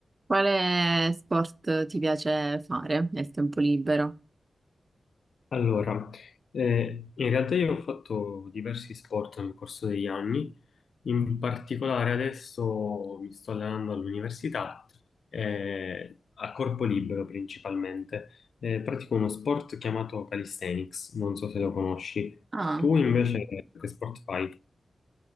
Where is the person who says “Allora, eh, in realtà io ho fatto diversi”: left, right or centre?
Left